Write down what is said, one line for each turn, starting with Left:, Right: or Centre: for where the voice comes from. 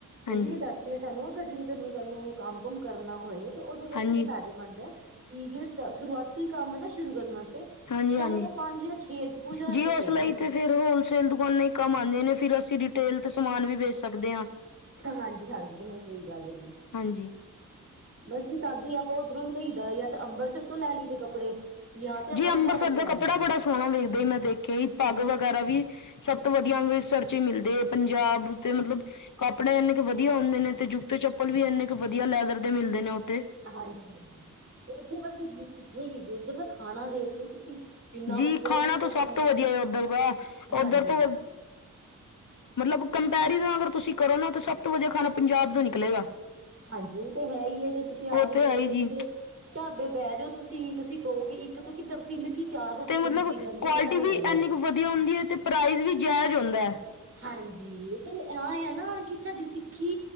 Right: ਉਹ
Left: ਹਾਂਜੀ
Right: ਵੀ ਮੈਂ ਦੱਸ ਤੇ ਤੁਹਾਨੂੰ ਅਗਰ ਜਿੰਦਰ ਨੂੰ ਕੱਲ ਨੂੰ ਕੰਮ ਕੁਮ ਕਰਨਾ ਹੋਏ, ਤੇ ਉਹਦੇ ਵਾਸਤੇ
Left: ਹਾਂਜੀ
Right: ਵੀ ਫਾਇਦੇਮੰਦ ਹੈ। ਕਿ ਕਿਆ ਸ਼ੁਰੂਆਤੀ ਕੰਮ ਨਾ ਸ਼ੁਰੂ ਕਰਨ ਵਾਸਤੇ
Left: ਹਾਂਜੀ
Right: ਜ਼ਿਆਦਾ
Left: ਹਾਂਜੀ
Right: ਤਾਂ ਪੰਜ ਜਾਂ ਛੇ ਕੁ ਹਜ਼ਾਰ
Left: ਜੀ,
Right: ਰੁਪਏ
Left: ਉਸ
Right: ਚਾਹੀਦੇ
Left: ਲਈ
Right: ਨੇ
Left: ਤੇ ਫਿਰ ਹੋਲਸੇਲ ਦੁਕਾਨਾਂ ਕਮ ਆਉਂਦੇ ਨੇ, ਫਿਰ ਅਸੀਂ ਡਿਟੇਲ ਤੇ ਸਮਾਨ ਵੀ ਵੇਚ ਸਕਦੇ ਆ।
Right: ਹਾਂਜੀ ਹਾਂਜੀ, ਜਮਾ ਹੀ ਸਹੀ ਗੱਲ ਆ ਜੀ।
Left: ਹਾਂਜੀ
Right: ਬਸ ਜੀ ਤਦ ਹੀ ਆਪਾਂ ਉੱਧਰੋਂ ਹੀ ਲਈਦਾ ਜਾਂ ਤਾਂ ਅੰਮ੍ਰਿਤਸਰ ਤੋਂ ਲੈ ਲਈ ਦੇ ਕੱਪੜੇ ਜਾਂ ਤੇ ਆਪਾਂ
Left: ਜੀ
Right: ਲੁਧਿਆਣੇ
Left: ਅੰਮ੍ਰਿਤਸਰ
Right: ਤੋਂ
Left: ਦਾ
Right: ਲੈ
Left: ਕੱਪੜਾ
Right: ਲਈਦੇਏ।
Left: ਬੜਾ ਸੋਹਣਾ ਵੇਖਦਾ ਹੀ ਮੈਂ ਦੇਖਿਆ ਹੀ ਪੱਗ ਵਗੈਰਾ ਵੀ ਸਭ ਤੋਂ ਵਧੀਆ ਅੰਮ੍ਰਿਤਸਰ ਚ ਹੀ ਮਿਲਦੇ ਐ, ਪੰਜਾਬ ਉਤੇ ਮਤਲਬ ਕੱਪੜੇ ਇਨੇ ਵਧੀਆ ਹੁੰਦੇ ਨੇ, ਤੇ ਜੁੱਤੇ ਚੱਪਲ ਵੀ ਇੰਨੇ ਕੇ ਵਧੀਆ ਲੈਦਰ ਦੇ ਮਿਲਦੇ ਨੇ ਉੱਥੇ।
Right: ਹਾਂਜੀ ਹਾਂਜੀ, ਉੱਥੇ ਵਰਗੀ ਰੀਸ ਕਿੱਥੇ ਹੈਗੀ ਜੀ, ਉੱਧਰ ਖਾਣਾ ਵੇਖ ਲੋ ਤੁਸੀਂ ਕਿੰਨਾ
Left: ਜੀ,
Right: ਵਧੀਆ
Left: ਖਾਣਾ
Right: ਉੱਧਰ ਦਾ
Left: ਤਾਂ ਸਭ ਤੋਂ
Right: ਵੀ
Left: ਵਧੀਆ ਐ ਉੱਧਰ ਦਾ
Right: ਹਾਂਜੀ
Left: ਓਧਰ ਤੋਂ ਮਤਲਬ ਕੰਪੈਰੀਜ਼ਨ ਅਗਰ ਤੁਸੀਂ ਕਰੋ ਨਾ! ਤਾਂ ਸਭ ਤੋਂ ਵਧੀਆ! ਖਾਣਾ ਪੰਜਾਬ ਤੋਂ ਨਿਕਲੇਗਾ!
Right: ਹਾਂਜੀ ਉਹ ਤਾਂ ਹੈ, ਹੀ ਹੈ, ਜੇ ਤੁਸੀਂ ਆਪ
Left: ਉਹ
Right: ਹੀ
Left: ਤੇ
Right: ਦੇਖ
Left: ਹੈ
Right: ਲਓ
Left: ਜੀ
Right: ਕਿਤੇ! ਢਾਬੇ ਬਹਿ ਜਾਓ ਤੁਸੀਂ ਕਹੋਗੇ ਇੱਕ ਤੋਂ ਕਿੱਦਾਂ ਤਿੰਨ ਕੀ ਚਾਰ ਰੋਟੀ
Left: ਤੇ ਮਤਲਬ
Right: ਖਵੀਤੀ ਜਾਂਦੀ
Left: ਕੁਆਲਿਟੀ
Right: ਪਤਾ ਨੀ
Left: ਵੀ
Right: ਲੱਗਦਾ
Left: ਇੰਨੀ
Right: ਜੀ
Left: ਕੁ ਵਧੀਆ ਹੁੰਦੀ! ਹੈ ਤੇ ਪ੍ਰਾਈਜ਼ ਵੀ ਜਇਜ਼ ਹੁੰਦਾ ਹੈ!
Right: ਹਾਂਜੀ ਫਿਰ ਇਹ ਆ, ਨਾ ਕਿ ਸਾਡੀੇ ਸਿੱਖੀ